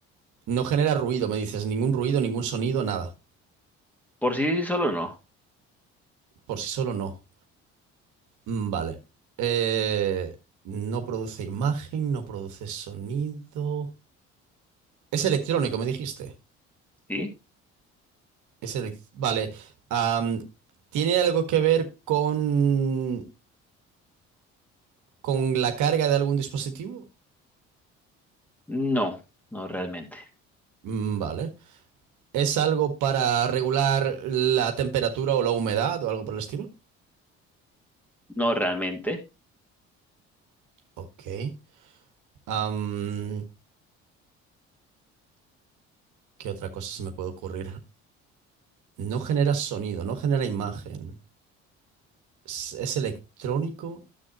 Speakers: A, on the right (about 70°); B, in the centre.
A: No genera ruido, me dices. Ningún ruido, ningún sonido, nada.
B: Por sí sí, solo no.
A: Por sí solo no. Mm, Vale. Eh, no produce imagen, no produce sonido. Es electrónico, me dijiste.
B: Sí.
A: Es el- Vale. am, ¿tiene algo que ver con, con la carga de algún dispositivo?
B: No. No realmente.
A: Mm, Vale. ¿Es algo para regular la temperatura o la humedad o algo por el estilo?
B: No realmente.
A: Ok. Am, ¿qué otra cosa se me puede ocurrir? No genera sonido, no genera imagen. Es, es electrónico